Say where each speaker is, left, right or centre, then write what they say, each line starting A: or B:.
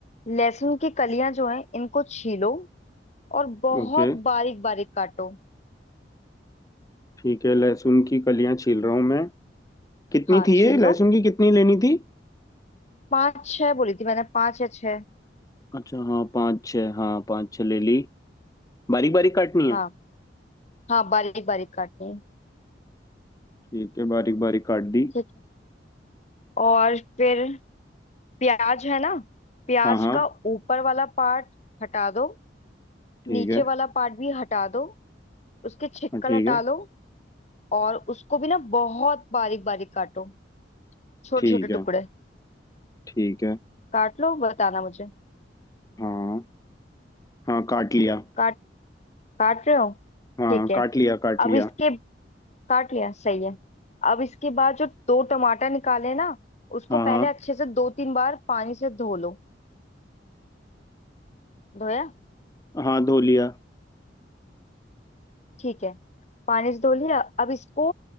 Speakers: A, on the left; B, on the left.
A: लहसुन की कलियां जो हैं इनको छीलो और बहुत
B: ओके
A: बारीक बारीक काटो
B: ठीक है लहसुन की कलियां छील रहा हूँ मैं कितनी
A: हाँ
B: थी
A: छील
B: ये लहसुन
A: लो
B: की कितनी लेनी थी
A: पाँच छह बोली थी मैंने पाँच या छह
B: अच्छा हाँ पाँच छः हाँ पाँच छः ले ली बारीक बारीक काटनी है
A: हाँ हाँ बारीक बारीक काटनी है
B: ठीक है बारीक बारीक काट दी
A: ठीक है और फिर प्याज है ना प्याज
B: हाँ हाँ
A: का ऊपर वाला पार्ट हटा दो
B: ठीक
A: नीचे
B: है
A: वाला पार्ट भी हटा दो उसके छिक्कल
B: हाँ ठीक
A: हटा
B: है
A: लो और उसको भी ना बहुत बारीक बारीक काटो छोटे
B: ठीक
A: छोटे
B: है
A: टुकड़े
B: ठीक है
A: काट लो बताना मुझे
B: हाँ हाँ काट लिया
A: काट काट रहे हो
B: हाँ
A: ठीक है
B: काट लिया काट
A: अब
B: लिया
A: इसके काट लिया सही है अब इसके बाद जो दो टमाटर निकाले ना उसको
B: हाँ हाँ
A: पहले अच्छे से दो तीन बार पानी से धो लो धोया
B: हाँ धो लिया
A: ठीक है पानी से धो लिया अब इसको